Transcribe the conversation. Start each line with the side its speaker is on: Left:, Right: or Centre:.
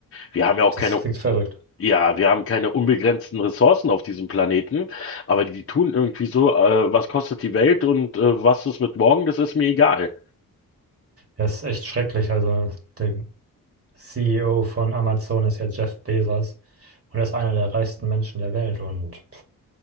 Left: wir haben ja auch
Right: Das
Left: keine,
Right: klingt verrückt.
Left: ja, wir haben keine unbegrenzten Ressourcen auf diesem Planeten, aber die tun irgendwie so, äh, was kostet die Welt und äh, was ist mit morgen, das ist mir egal.
Right: Ja, ist echt schrecklich. Also, der CEO von Amazon ist ja Jeff Bezos und er ist einer der reichsten Menschen der Welt. Und